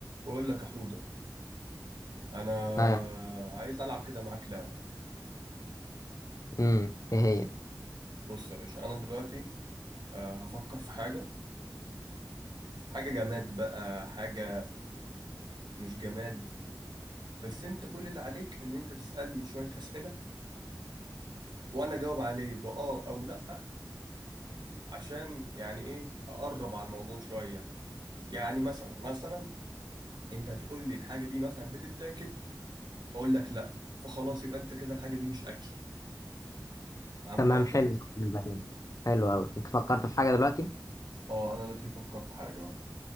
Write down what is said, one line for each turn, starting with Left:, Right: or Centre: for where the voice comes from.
Right: بقول لك يا حوده انا
Left: ايوه
Right: عايز العب كده معاك لعبه
Left: امم ايه هي
Right: بص يا باشا انا دلوقتي آه، هفكر في حاجه حاجه جماد بقى حاجه مش جماد بس انت كل اللي عليك ان انت تسالني شويه اسئله وانا اجاوب عليه باه او لا عشان يعني ايه اقرب على الموضوع شويه يعني مثلا مثلا انت هتقول لي الحاجه دي مثلا بتتاكل اقول لك لا فخلاص يبقى انت كده الحاجه دي مش اكل فهمت
Left: تمام
Right: قصدي
Left: حلو بعدين حلو قوي انت فكرت في حاجه دلوقتي
Right: اه انا دلوقتي مفكر في حاجه أهو،